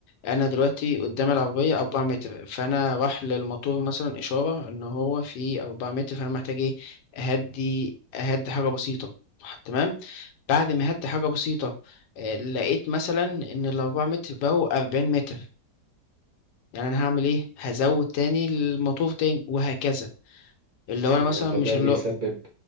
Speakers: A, on the left; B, on the right.
A: انا دلوقتي قدام العربيه 4 متر فانا راح للموتور مثلا اشاره ان هو في 4 متر فانا محتاج ايه اهدي اهدي حاجه بسيطه تمام بعد ما هدي حاجه بسيطه آه، لقيت مثلا ان الأربعة متر بقوا أربعين متر يعني انا هعمل ايه هزود تاني المطلوب تاني وهكذا اللي
B: ايوه
A: هو انا مثلا
B: فده
A: مش اللي
B: بيسبب
A: هو